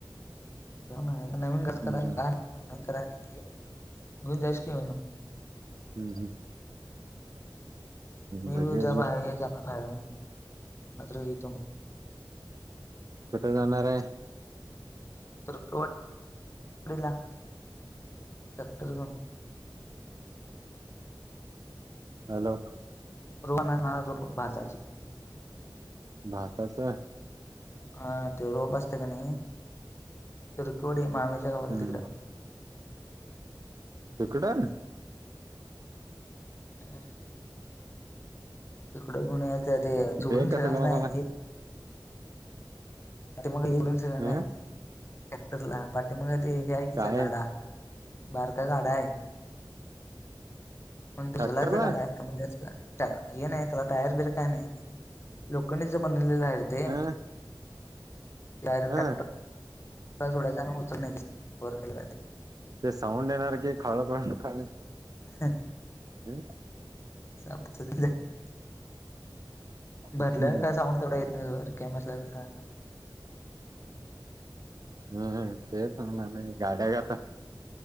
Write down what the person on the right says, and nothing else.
हम्म
हम्म हम्म
बघे
बघे
कुठे जाणार आहे.
हॅलो!
भातच
हम्म
तिकडं
ते कसला
बाबा
अ
काय
ट्रॅक्टरला
ह
ह
ते साऊंड येणार की खाळखाळखाळ
हम!
हम्म
हम् तेस ना न नाही गाड्या गता